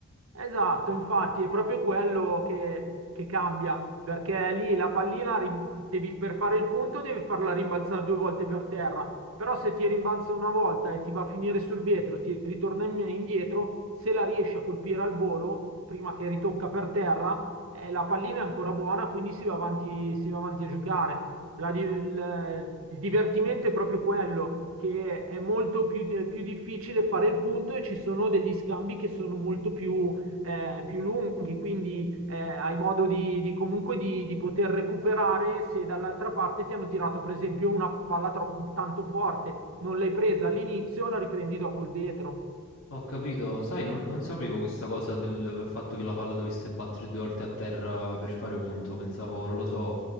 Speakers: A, on the right (about 70°); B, on the left (about 90°).
A: Esatto, infatti è proprio quello che, che cambia, perché lì la pallina rim- devi, per fare il punto devi farla rimbalzare due volte per terra, però se ti rimbalza una volta e ti va a finire sul vetro, ti ritorna in- indietro, se la riesci a colpire al volo, prima che ritocca per terra, eh, la pallina è ancora buona, quindi si va avanti, si va avanti a giocare. La di- il, il divertimento è proprio quello che è molto più, più difficile fare il punto e ci sono degli scambi che sono molto più eh, più lunghi, quindi eh, hai modo di, di comunque di, di poter recuperare se dall'altra parte ti hanno tirato per esempio una palla troppo, tanto forte, non l'hai presa all'inizio, la riprendi dopo il vetro.
B: Ho capito, sai, non, non sapevo questa cosa del fatto che la palla dovesse battere due volte a terra per fare punto, pensavo, non lo so,